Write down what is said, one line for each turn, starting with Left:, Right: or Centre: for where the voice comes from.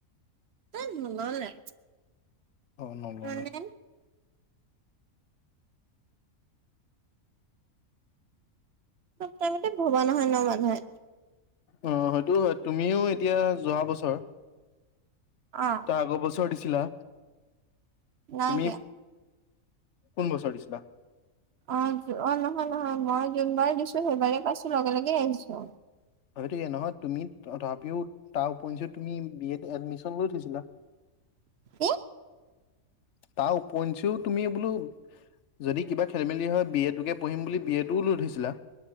Right: তাত নললে।
Left: অ, নললে।
Right: মানে চব টাইমতে ভবা নহয় ন' মানুহে।
Left: অ, হেইটোওঁ হয় তুমিও এতিয়া যোৱা বছৰ
Right: অ
Left: তাৰ আগৰ বছৰ দিছিলা?
Right: নাই
Left: তুমি
Right: দিয়া
Left: কোন বছৰ দিছিলা?
Right: অ', অ', নহয় -নহয় মই যোনবাৰে দিছো সেইবাৰেই পাইছোঁ লগে -লগেই আহিছোঁ।
Left: হয়টো ইয়ে নহয় তুমি তথাপিও তাৰ উপঞ্চি তুমি বি এড এডমিচন লৈ থৈছিলা? <inaudible>
Right: কি?
Left: তা উপঞ্চিও তুমি বোলো যদি কিবা খেলি মেলি হয় বি এ টোকে পঢ়িম বুলি বি এ টোও লৈ থৈছিলা?